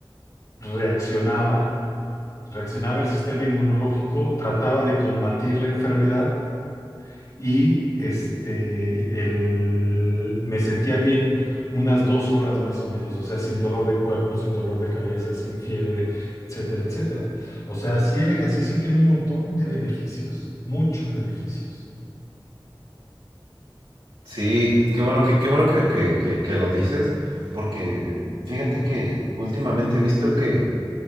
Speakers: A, on the left; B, on the right.
A: reaccionaba, reaccionaba el sistema inmunológico, trataba de combatir la enfermedad y este, el- me sentía bien unas dos horas más o menos, o sea, sin dolor de cuerpo, sin dolor de cabeza, sin fiebre, etcétera, etcétera. O sea, sí el ejercicio tiene un montón de beneficios, muchos beneficios.
B: Sí, qué bueno que, qué bueno que, que, que, que lo dices, porque fíjate que últimamente he visto que